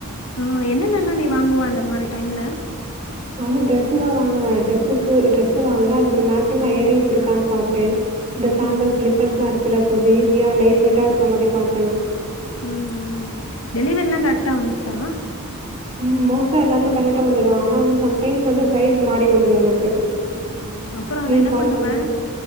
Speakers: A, on the left; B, on the right.
A: ஆஹ் என்னனல்லா நீ வாங்குவா அந்தர் மாரி டைம்ல
B: நா வந்து டிரெஸ்சு தா வாங்குவ டிரெஸ்சுக்கு டிரெஸ்சு வாங்குவ அதுக்கு மேச்சிங்கா இயரிங்ஸ் இருக்கான் பாப்ப இந்த சாண்டல்
A: ம்.
B: ஸ்லிப்பர்ஸ்லா இருக்குல கொஞ்சோ ஈஸியா லைட் வெயிட்டா இருக்க மாரி பாப்பனா
A: ம் ம் டெலிவெரில்லா கரக்ட்டா வந்துட்தா
B: ம் மோஸ்ட்டா எல்லாமே கரெட்டா வந்துடு ஆனா வந்து சம்டைம்ஸ் வந்து சைஸ் மாறி வந்துரு எனக்கு
A: ம் அப்புறோ
B: சைஸ்
A: அத என்ன
B: மாறி
A: பண்ணுவ?
B: வந்துடு